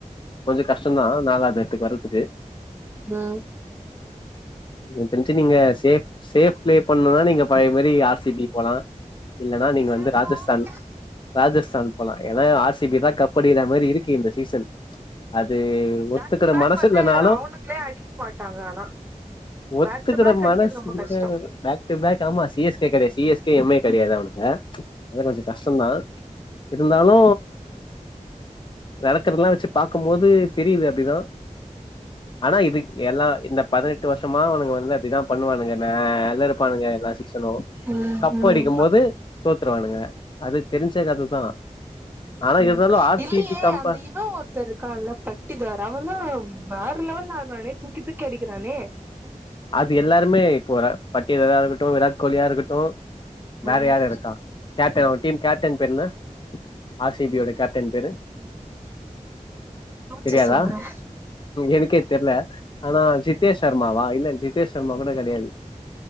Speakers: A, on the left; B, on the right.
A: கொஞ்சோ கஷ்டோம்தா நாலாவது எடத்துக்கு வர துக்கு
B: ம்
A: எனக் தெரிஞ்சி நீங்க சேஃப் சேஃப் பிளே பண்ணுனா நீங்க பழைய மாரி ஆர் சி பி போலா இல்லனா நீங்க
B: சரி
A: வந்து ராஜஸ்தான்
B: ஓகே
A: ராஜஸ்தான் போலா எனா ஆர் சி பி தா கப்படிக்குற மாரி இருக்கு இந்த சீசன் ச்சு அது அது ஒத்துக்கற
B: பேக் டு பேக்
A: மனசு
B: வந்து
A: இல்லனாலு
B: அவனுங்களே அடிக்க மாட்டாங்க ஆனா
A: ஒத்துக்கற
B: பேக் டு பேக் அடிக்கிறது
A: மனசு
B: ரொம்ப
A: இல்ல
B: கஷ்டோ
A: பேக் டூ பேக் ஆமா சி எஸ் கே கெடையாது C S K, M I கெடையாது அவனுங் க அதா கொஞ்சோ கஷ்டந்தா இருந்தாலு நடக்கறதல்லா வச்சு பாக்கும்போது தெரியுது அப்டிதா ஆனா இது எல்லா இந்த பதினெட்டு வருஷமா அவனுங்க வந்து அப்படிதா பண்ணுவானுங்க மேல இருப்பானுங்க எல்லா சீஷனும்
B: ம்
A: கப்பு
B: ம்
A: அடிக்கும் போது தோத்துருவானுங்க அது தெரிஞ்ச கததா ஆனா
B: உம்
A: இருந்தாலு ஆர்
B: இல்லையே
A: சி பி கம்ப
B: அந்த இவன் ஒருத்த இருக்கான்ல பட்டிதாரா ஆனா வேற லெவல்ல ஆடுறானே தூக்கி தூக்கி அடிக்கிறானே
A: அது எல்லாருமே இப்போ பட்டிதாரா இருக்கட்டு விராட் கோலியா இருக்கட்டு வேற
B: ம்
A: யாரு இருக்கா கேப்டன் அவன் டீம் கேப்டன் பேரு என்ன ஆர் சி பியோட கேப்டன் பேரு
B: யோச்சு
A: தெரியாதா
B: சொல்றே
A: எனக்கே தெர்ல ஆனா ஜித்தேஷ் சர்மாவா இல்ல ரோஹித் சர்மா கூட கெடையாது